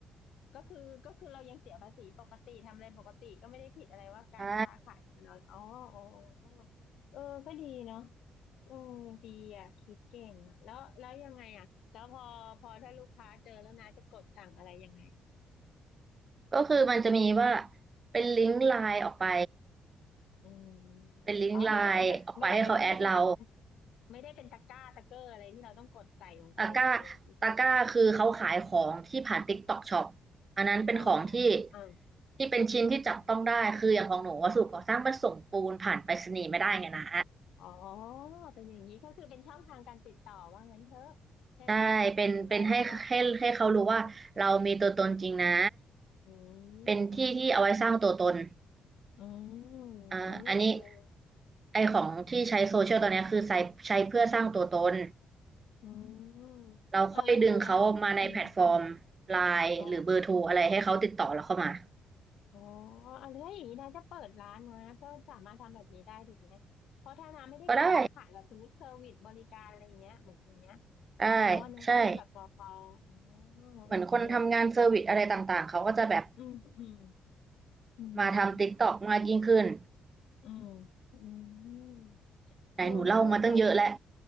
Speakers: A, on the left (about 75°); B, on the right (about 35°).
A: ก็คือก็คือเรายังเสียภาษีปกติทำอะไรปกติก็ไม่ได้ผิดอะไรว่าการค้าขายมันเอาอ๋ออ๋ออ๋อเออก็ดีเนาะ
B: ใช่
A: เออดีอ่ะคิดเก่งอ่ะแล้วแล้วยังไงอ่ะแล้วพอพอถ้าลูกค้าเจอแล้วนะจะกดสั่งอะไรยังไงอ่ะ
B: ก็คือมันจะมีว่าเป็นลิงก์ไลน์ออกไป
A: อืม
B: เป็นลิงก์ไลน์ออกไปให้เขาแอดเรา
A: อ๋อไม่ได้เป็นตะไม่ได้เป็นไม่ได้เป็นตะไม่ได้เป็นตะกร้าตะเกอร์อะไรที่เราต้องกดใส่ลงไปอะไรอย่างนี้ใช่
B: ตะกร้าตะกร้าคือเขาขายของที่ผ่าน TikTok Shop อันนั้นเป็นของที่
A: อ๋อ
B: ที่เป็นชิ้นที่จับต้องได้คืออย่างของหนูวัสดุก่อสร้างมันส่งปูนผ่านไปรษณีย์ไม่ได้ไงนะ
A: อ๋อเป็นอย่างนี้ก็คือเป็นช่องทางการติดต่อว่างั้นเถอะใช่ไหมติดต่อถึงร้านเรา
B: ใช่เป็นเป็นให้ให้ให้เขารู้ว่าเรามีตัวตนจริงนะ
A: อืมอืมอืม
B: เป็นที่ที่เอาไว้สร้างตัวตน
A: อืม
B: อ่าอันนี้
A: อืมนี่เอง
B: ไอของที่ใช้โซเชียลตอนเนี้ยคือใช้ใช้เพื่อสร้างตัวตน
A: อืมอ่าแล้วถ้าอย่างอืมอืม
B: เราค่อยดึงเขามาในแพลตฟอร์มไลน์หรือเบอร์โทรอะไรให้เขาติดต่อเราเข้ามา
A: อ๋ออ๋ออะไรอย่างนี้นะจะเปิดร้านนะก็สามารถทำแบบนี้ได้ถูกไหมเพราะถ้าน้าไม่ได้ขายนะขายแบบสมมติเซอร์วิสบริการอะไรอย่างเงี้ยเหมือนอย่างเงี้ย
B: ก็ได้ได้ใช่
A: อ๋อน้าก็ต้องทำแบบปอปออ๋อ
B: เหมือนคนทำงานเซอร์วิสอะไรต่างๆเขาก็จะแบบ
A: โอเคอืมอืมอืม
B: มาทำ TikTok มากยิ่งขึ้น
A: อืมอืม
B: ไหนหนูเล่ามาตั้งเยอะแล้ว
A: เออน่าสน